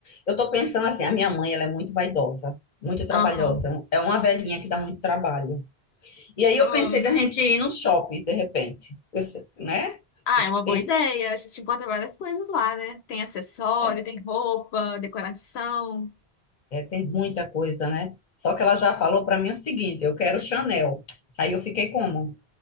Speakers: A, on the left (about 45°); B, on the left (about 80°).
A: Eu tô pensando assim, a minha mãe, ela é muito vaidosa, muito trabalhosa.
B: Aham.
A: É uma velhinha que dá muito trabalho. E aí eu
B: Hum.
A: pensei da gente ir no shopping, de repente. Eu sei, né?
B: Ah, é uma boa
A: Penso.
B: ideia. A gente encontra várias coisas lá, né? Tem acessório,
A: É,
B: tem roupa, decoração.
A: é, tem muita coisa, né? Só que ela já falou pra mim o seguinte, eu quero Chanel. Aí eu fiquei como?